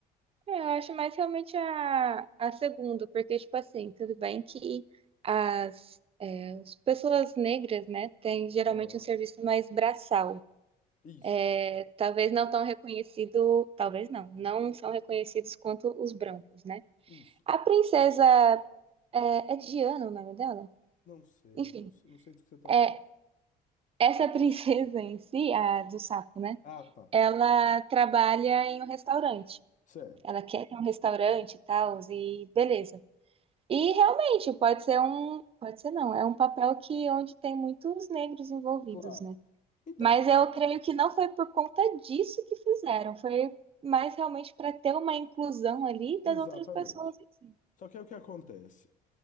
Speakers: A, on the right (about 35°); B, on the left (about 50°).
A: É, eu acho mais realmente a, a segunda, porque, tipo assim, tudo bem que as, é, as pessoas negras, né, têm geralmente
B: Aham.
A: um serviço mais braçal.
B: Isso,
A: É, talvez não tão reconhecido, talvez não, não são reconhecidos quanto os brancos, né?
B: isso.
A: A princesa, é, é Diana o nome dela?
B: Não sei,
A: Enfim,
B: não sei, não sei do que você está
A: é,
B: falando. <laughs>
A: essa <laughs> princesa em si, a do sapo, né,
B: Ah, tá.
A: ela trabalha em um restaurante.
B: Certo.
A: Ela quer ter um restaurante e tal, e beleza. E realmente pode ser um, pode ser não, é um papel que onde tem muitos negros envolvidos,
B: Claro.
A: né?
B: Então,
A: Mas eu creio que não foi por conta disso que fizeram, foi mais realmente para ter uma inclusão ali
B: exatamente.
A: das outras pessoas em si.
B: Só que é o que acontece.